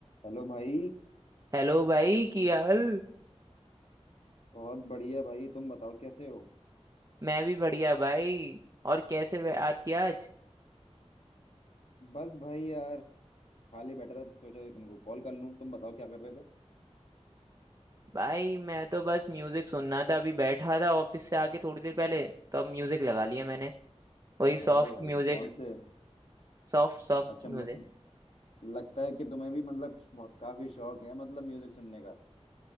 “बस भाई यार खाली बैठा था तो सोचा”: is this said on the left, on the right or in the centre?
Left